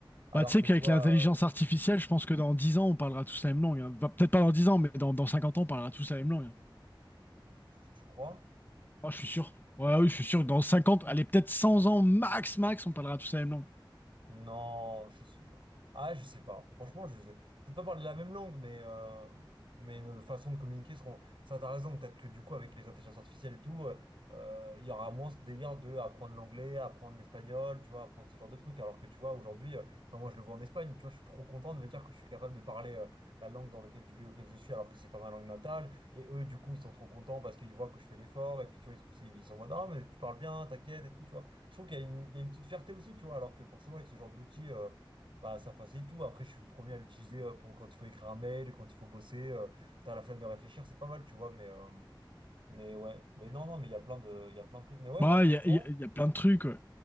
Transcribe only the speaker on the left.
Bah, tu sais
qu'avec
l'intelligence
artificielle, je pense que dans 10 ans, on parlera tous la même langue. hein. Bah, peut-être pas dans dix ans, mais dans, dans 50 ans, on parlera tous la même langue. hein.
Oh, je suis sûr. Ouais, oui, je suis sûr que dans 50, allez, peut-être 100 ans, max, max, on parlera tous la même langue.
Bah,
il y a, il y a- il y a plein de trucs. ouais.